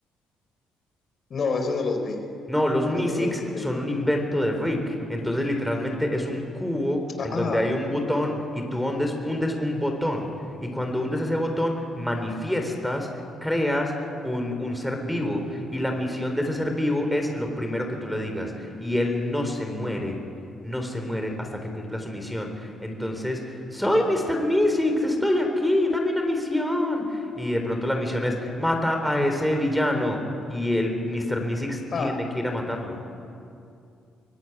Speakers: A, on the left; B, in the centre.
A: no, eso no los vi.
B: No, los
A: Eso
B: Mysics
A: no los vi.
B: son un invento de Rick. Entonces, literalmente es un cubo en
A: Ah,
B: donde hay un botón y tú hundes, hundes un botón. Y cuando hundes ese botón, manifiestas, creas un, un ser vivo. Y la misión de ese ser vivo es lo primero que tú le digas. Y él no se muere, no se muere hasta que cumpla su misión. Entonces, soy Mr. Mysics, estoy aquí, dame una misión y de pronto la misión es mata a ese villano y el Mr. Mystics
A: ah.
B: tiene que ir a matarlo.